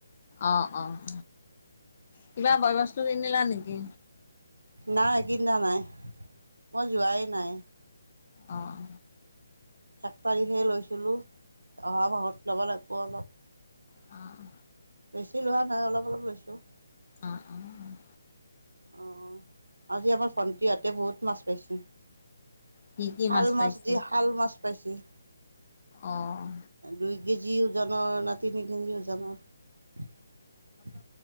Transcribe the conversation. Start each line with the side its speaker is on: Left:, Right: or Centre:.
Left: অ', অ' কিবা বয় বস্তু কিনিলা নেকি?
Right: নাই কিনা নাই মই যোৱাই নাই।
Left: অ'
Right: এক তাৰিখে লৈছিলো। অ' ভত ল'ব লাগিব। গলত
Left: অ'
Right: বেছি লোৱা নাই, অলপ অলপ লৈছোঁ।
Left: অ' অ'
Right: অ' আজি আমাৰ ভন্টিহতে বহুত মাছ পাইছে। শাল
Left: কি কি পাইছে?
Right: মাছ দি শাল মাছ পাইছে।
Left: অ'
Right: দুই কেজি ওজনৰ না তিনি কেজি ওজনৰ।